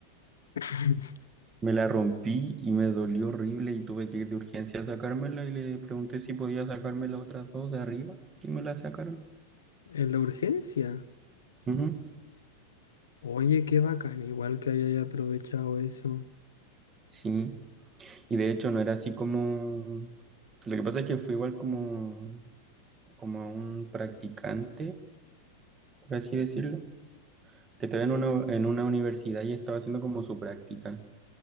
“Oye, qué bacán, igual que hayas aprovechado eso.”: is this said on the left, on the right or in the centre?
Left